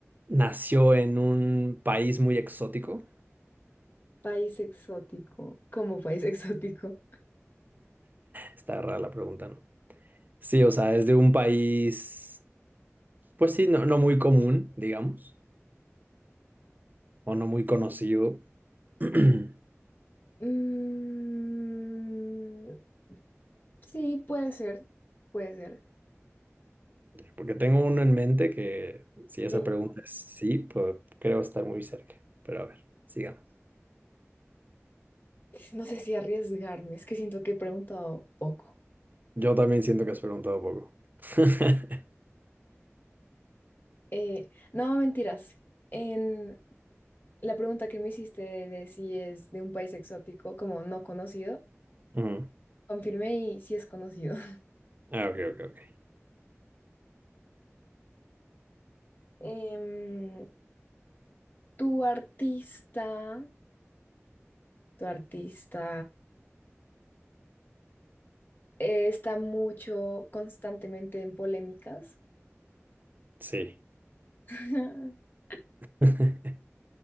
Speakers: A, on the right; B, on the left.
A: nació en un país muy exótico?
B: País exótico. como país <laughs> exótico?
A: Está rara la pregunta, ¿no? Sí, o sea, es de un país, pues sí, no, no muy común, digamos, o no muy conocido. <clears throat>
B: Mm, sí, puede ser, puede ser.
A: Porque tengo uno en mente que, si esa
B: Yo
A: pregunta es sí, pues creo estar muy cerca. Pero a ver, sigamos.
B: no sé si arriesgarme, es que siento que he preguntado poco.
A: Yo también siento que has preguntado poco. <laughs>
B: Eh, no, mentiras. En la pregunta que me hiciste de si es de un país exótico, como no conocido,
A: Ujú.
B: confirmé y sí es conocido. <laughs>
A: Ah, ok, ok, ok.
B: Em, tu artista, tu artista eh, está mucho constantemente en polémicas.
A: Sí.
B: <laughs>
A: <laughs>